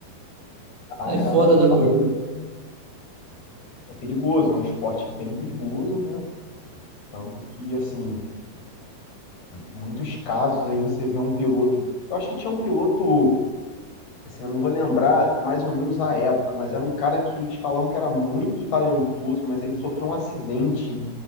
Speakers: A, on the left; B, on the right.
A: Ah,
B: É
A: é,
B: fora da curva.
A: é perigoso, é um esporte bem perigoso, né, tanto que, assim, muitos casos aí você vê um piloto eu acho que tinha um piloto, assim, eu não vou lembrar mais ou menos a época, mas era um cara que eles falavam que era muito talentoso, mas ele sofreu um acidente, eu